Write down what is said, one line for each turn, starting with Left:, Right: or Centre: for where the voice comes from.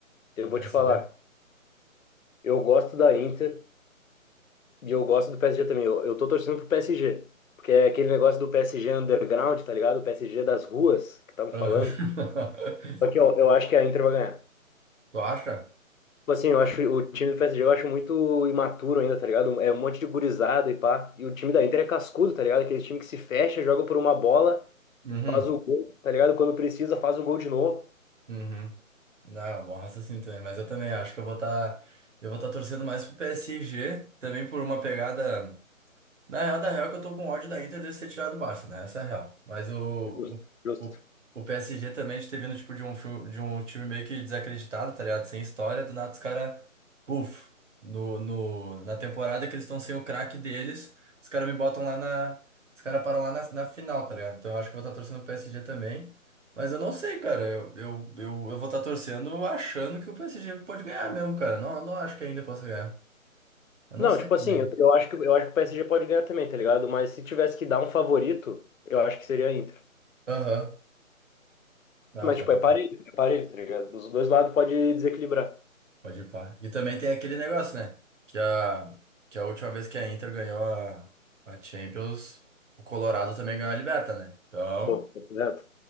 Left: eu
Right: e
Left: vou
Right: PSG?
Left: te falar, eu gosto da Inter, E eu gosto do PSG também. Eu, eu tô torcendo pro PSG. Porque é aquele negócio do PSG underground, tá ligado? O PSG das ruas que estavam
Right: <laughs>
Left: falando. Só que eu, eu acho que a Inter vai ganhar.
Right: Tu acha?
Left: Tipo assim, eu acho o time do PSG eu acho muito imaturo ainda, tá ligado? É um monte de gurizada e pá. E o time da Inter é cascudo, tá ligado? Aquele time que se fecha, joga por uma bola,
Right: Uhum,
Left: faz o gol, tá ligado? Quando precisa, faz o gol de novo.
Right: uhum. Não, é um bom raciocínio também, mas eu também acho que eu vou estar eu vou estar torcendo mais pro PSG, também por uma pegada. Na real, da real é que eu tô com ódio da Inter de ser tirado do Barça, né? Essa é a real. Mas o,
Left: Justo, justo.
Right: o, o, o PSG também de ter vindo tipo, de um, fi- de um time meio que desacreditado, tá ligado? Sem história, do nada os caras, puf, no, no, na temporada que eles estão sem o craque deles, os caras me botam lá na. Os caras param lá na, na final, tá ligado? Então eu acho que eu vou estar torcendo o PSG também. Mas eu não sei, cara. Eu, eu, eu, eu vou estar torcendo achando que o PSG pode ganhar mesmo, cara. Não, não acho que ainda possa ganhar. Eu
Left: Não,
Right: não sei
Left: tipo
Right: também.
Left: assim, eu, eu acho que, eu acho que o PSG pode ganhar também, tá ligado? Mas se tivesse que dar um favorito, eu acho que seria a Inter.
Right: Aham. Não,
Left: Mas,
Right: pode.
Left: tipo, é parelho, é parelho, tá ligado? Dos dois lados pode desequilibrar.
Right: Pode ir pá. E também tem aquele negócio, né? Que a, que a última vez que a Inter ganhou a, a Champions, o Colorado também ganhou a Liberta, né? Então,
Left: Pô, papo reto.